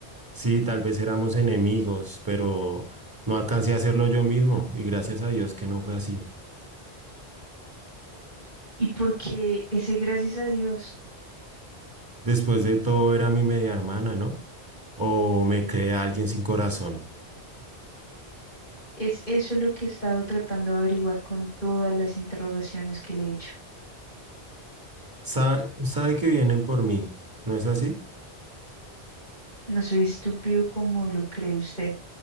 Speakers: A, on the right (about 20°); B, on the left (about 45°).
A: Sí, tal vez éramos enemigos, pero no alcancé a hacerlo yo mismo y gracias a Dios que no fue así.
B: ¿Y porque ese gracias a Dios?
A: Después de todo era mi media hermana, ¿no? O me crea alguien sin corazón.
B: Es eso lo que he estado tratando de averiguar con todas las interrogaciones que le he hecho.
A: Sa- sabe que vienen por mí, ¿no es así?
B: No soy estúpido como lo cree usted.